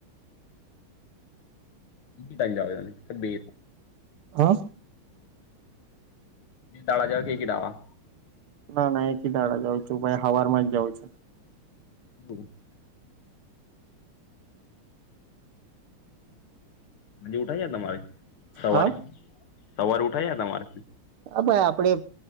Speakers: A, on the left; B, on the right.
A: બ ટાઈમ જ ત બે.
B: હા.
A: બે તાળા જવા કે કીડાવા.
B: ના ના એક કી દાડા જઉં છું ભાઈ હવાર માં જ જાઉં છું.
A: હમ. આજ ઉઠાઈ તમારે સવારે
B: હા
A: સવારે ઉઠા તમારે.
B: હ ભાઈ આપડે.